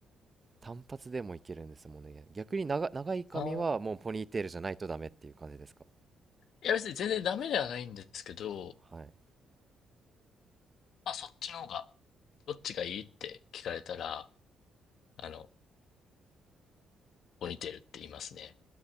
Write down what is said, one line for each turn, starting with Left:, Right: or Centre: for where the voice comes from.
Right: 単発でもいけるんですもんね。逆に長、長い髪はもうポニーテールじゃないとダメっていう感じですか。
Left: あーいや、別に全然ダメではないんですけど、
Right: はい。
Left: まあそっちの方が、どっちがいいって聞かれたら、あの、ポニーテールって言いますね。